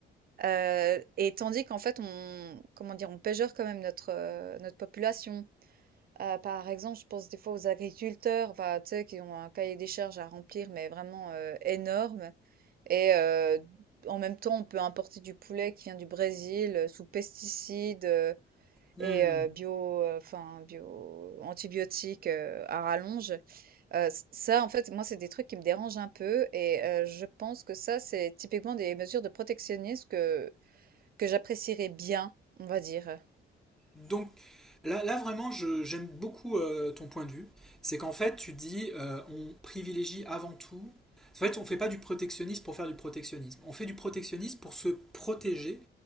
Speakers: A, on the right (about 50°); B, in the centre.
A: heu et tandis qu'en fait, on comment dire? On pégeure quand même notre, heu, notre population. Heu, par exemple, je pense des fois aux agriculteurs, enfin, tu sais, qui ont un cahier des charges à remplir, mais vraiment, heu, énorme et heu, en même temps, on peut importer du poulet qui vient du Brésil, heu, sous pesticides, heu
B: Hmm.
A: et heu, bio, heu, enfin bio antibiotiques, heu, à rallonge. Heu, ç ça, en fait, moi, c'est des trucs qui me dérangent un peu et heu, je pense que ça, c'est typiquement des mesures de protectionnisme que que j'apprécierais bien, on va dire.
B: Donc là, là vraiment, je- j'aime beaucoup euh, ton point de vue. C'est qu'en fait, tu dis, euh, on privilégie avant tout. En fait, on ne fait pas du protectionnisme pour faire du protectionnisme. On fait du protectionnisme pour se protéger,